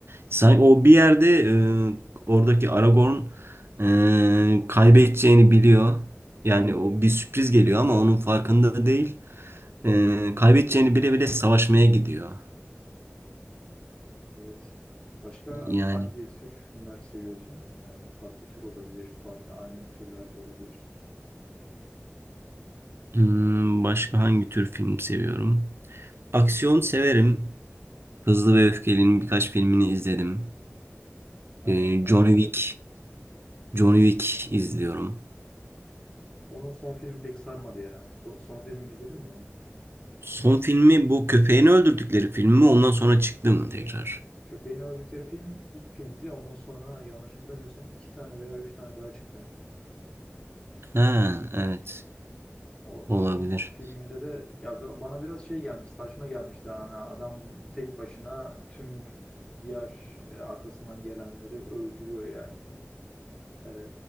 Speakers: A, on the right (about 55°); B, on the left (about 15°).
A: Sanki o bir yerde e, oradaki Aragorn e, kaybedeceğini biliyor. Yani o bir sürpriz geliyor ama onun farkında değil. E, kaybedeceğini bile bile savaşmaya gidiyor.
B: Evet. Başka
A: Yani
B: hangi tür filmler seviyorsun? Yani farklı tür olabilir, farklı aynı türlerde olabilir.
A: hmm, başka hangi tür film seviyorum? Aksiyon severim. Hızlı ve Öfkeli'nin birkaç filmini izledim.
B: Ya
A: E,
B: onu ben
A: Johnny
B: de severim.
A: Wick, Johnny Wick izliyorum.
B: Onun son filmi pek sarmadı ya. Do- Son filmini izledin mi onun?
A: Son filmi bu köpeğini öldürdükleri film mi? Ondan sonra çıktı mı tekrar?
B: Köpeğini öldükleri film ilk filmdi. Ondan sonra yanlış hatırlamıyorsam iki tane veya üç tane daha çıktı.
A: Ha, evet.
B: O
A: Olabilir.
B: son filminde de ya bi- bana biraz şey gelmiş, saçma gelmişti. Yani adam tek başına tüm diğer e, arkasından gelenleri öldürüyor yani. Ee,